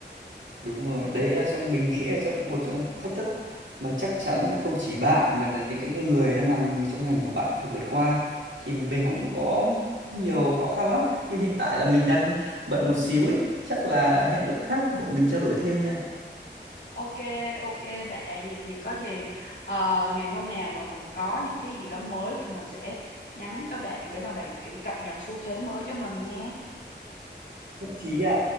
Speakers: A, on the right (about 80°); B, on the left (about 80°).
A: Đúng rồi, đấy là trong mình nghĩ là trong một trong thách thức mà chắc chắn là không chỉ bạn mà là những cái người đang làm trong ngành của bạn phải vượt qua. Thì mình cũng có nhiều khó khăn lắm, nhưng hiện tại là mình đang bận một xíu ấy, chắc là hẹn lúc khác bọn mình trao đổi thêm nha.
B: ok ok bạn vậy thì có gì ờ, ngày hôm nào mà mình có những cái gì đó mới thì mình sẽ nhắn cho bạn để mà bạn kiểu cập nhật xu thế mới cho mình nha
A: Nhất trí ạ.